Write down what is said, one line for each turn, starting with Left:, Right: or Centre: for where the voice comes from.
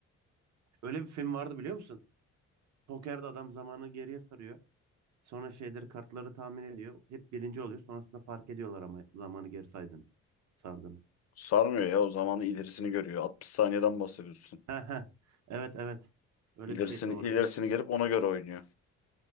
Right: Öyle bir film vardı biliyor musun? Pokerde adam zamanı geriye sarıyor. Sonra şeyleri kartları tahmin ediyor. Hep birinci oluyor. Sonrasında fark ediyorlar ama zamanı geri saydığını. Sardığını.
Left: Sarmıyor ya o zamanı ilerisini görüyor. 60 saniyeden bahsediyorsun.
Right: He he. Evet evet. Öyle
Left: İlerisini
Right: bir şey doğru.
Left: ilerisini gelip ona göre oynuyor.